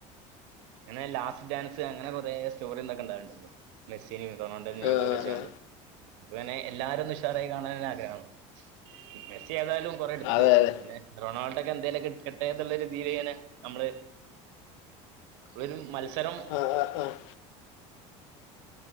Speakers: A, on the right; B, on the left.
A: അങ്ങനെ ലാസ്റ്റ് ഡാൻസ് അങ്ങനെ കൊറ സ്റ്റോറി എന്തൊക്കെ ഉണ്ടാവണ്ടല്ലോ മെസ് തിന്ന് റൊണാൾഡോ നിയമർക്കെ
B: ആഹ്
A: വെച്ച്കണ്ട്
B: ആഹ്
A: അപ്പളെന്നെ എല്ലാരോന്നും ഉസാറായിക്കൊണ്ടേനെ അഡാളം മെസി ചെലപ്പോ യാലും കുറെ എടുത്ത്
B: അതെ അതെ
A: പിന്നെ റൊണാൾഡോ ക്കെ എന്തേലും ഒക്കെ ഇട്കട്ടെ എന്നുള്ള തിലിങ്ങനെ നമ്മള് ഒരു മത്സരം
B: ആഹ് ആഹ് ആഹ്